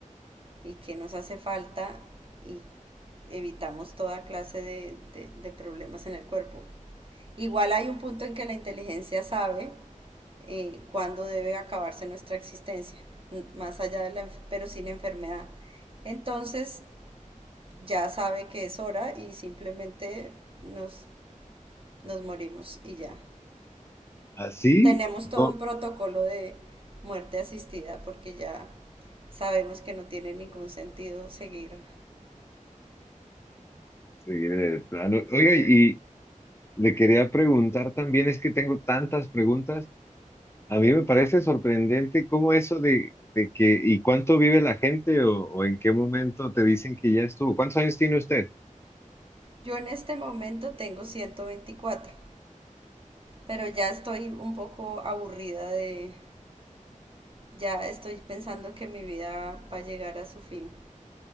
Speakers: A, on the right (about 40°); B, on the left (about 20°).
A: y qué nos hace falta y evitamos toda clase de, de, de problemas en el cuerpo. Igual hay un punto en que la inteligencia sabe eh, cuándo debe acabarse nuestra existencia, más allá de la, pero sin enfermedad. Entonces ya sabe que es hora y simplemente nos, nos morimos y ya.
B: ¿Así?
A: Tenemos todo
B: No,
A: un protocolo de muerte asistida porque ya sabemos que no tiene ningún sentido seguir.
B: sí, de plano. Oiga, y le quería preguntar también, es que tengo tantas preguntas. A mí me parece sorprendente cómo eso de, de que, ¿y cuánto vive la gente o, o en qué momento te dicen que ya estuvo? ¿Cuántos años tiene usted?
A: Yo en este momento tengo 124, pero ya estoy un poco aburrida de, ya estoy pensando que mi vida va a llegar a su fin.